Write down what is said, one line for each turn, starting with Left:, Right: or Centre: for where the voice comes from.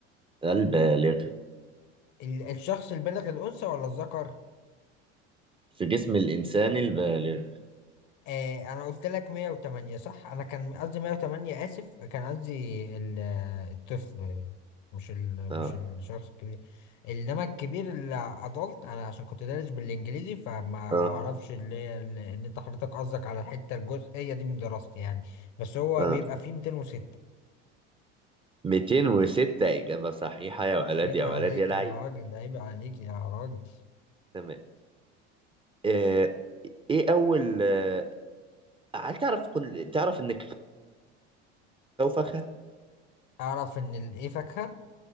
Right: البالغ
Left: ال- الشخص البالغ الانثى ولا الذكر
Right: في جسم الإنسان البالغ
Left: آه انا قلت لك 108 صح انا كان قصدي 108 اسف كان قصدي ال- الطفل مش ال...
Right: اه
Left: مش الشخص الكبير انما الكبير اللي ادلت انا عشان كنت دارس بالانجليزي فما اعرفش
Right: اه
Left: اللي هي ال- ان انت حضرتك قصدك على الحته الجزئيه دي من دراستي يعني بس هو
Right: اه
Left: بيبقى فيه 206
Right: 206 إجابة صحيحة يا ولد
Left: عيب
Right: يا
Left: عليك
Right: ولد يا لعيب
Left: يا راجل عيب عليك يا راجل
Right: تمام آه إيه أول آه هل تعرف كن... تعرف إن الكاكاو فاكهة؟
Left: أ- اعرف ان الايه فاكهه